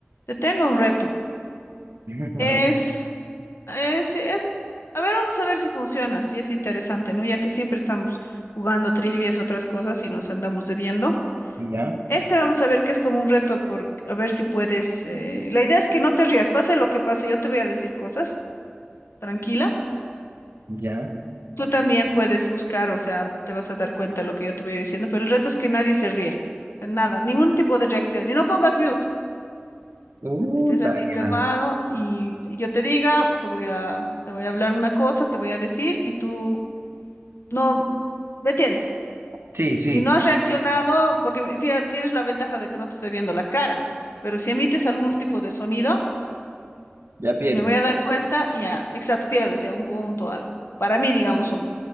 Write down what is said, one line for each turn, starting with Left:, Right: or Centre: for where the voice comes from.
Left: Te tengo un reto.
Right: <laughs>
Left: Es,
Right: A ver,
Left: es, es- a ver, vamos a ver si funciona, si es interesante, ¿no? Ya que siempre estamos jugando trivias, otras cosas y nos andamos debiendo.
Right: ya,
Left: Este vamos a ver que es como un reto, por, a ver si puedes. eh, La idea es que no te rías, pase lo que pase, yo te voy a decir cosas, tranquila.
Right: ya.
Left: Tú también puedes buscar, o sea, te vas a dar cuenta de lo que yo te voy diciendo, pero el reto es que nadie se ría, nada, ningún tipo de reacción. Y no pongas mute.
Right: Uh,
Left: estés así calmado
Right: ya.
Left: y yo te diga, te voy a, te voy a hablar una cosa, te voy a decir y tú no, ¿me entiendes?
Right: Sí, sí,
Left: Si no has Sí. reaccionado, porque mira, tienes la ventaja de que no te estoy viendo la cara, pero si emites algún tipo de sonido,
Right: ya pierdo.
Left: me voy a dar cuenta, y ya, exacto, pierdes ya un punto o algo. Para mí, digamos uno.